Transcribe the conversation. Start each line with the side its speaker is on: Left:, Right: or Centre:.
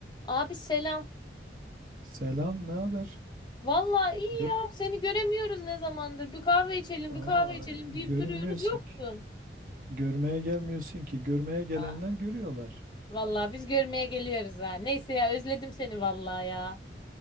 Left: Abi selam.
Right: Selam, ne haber?
Left: Vallahi iyi
Right: Yok,
Left: ya. Seni göremiyoruz ne zamandır. Bir kahve içelim,
Right: aa,
Left: bir kahve içelim
Right: görünmüyorsun
Left: deyip duruyoruz. Yoksun.
Right: ki. Görmeye gelmiyorsun ki. Görmeye gelenler
Left: Ha,
Right: görüyorlar.
Left: Vallahi biz görmeye geliyoruz ha. Neyse ya özledim seni vallahi ya.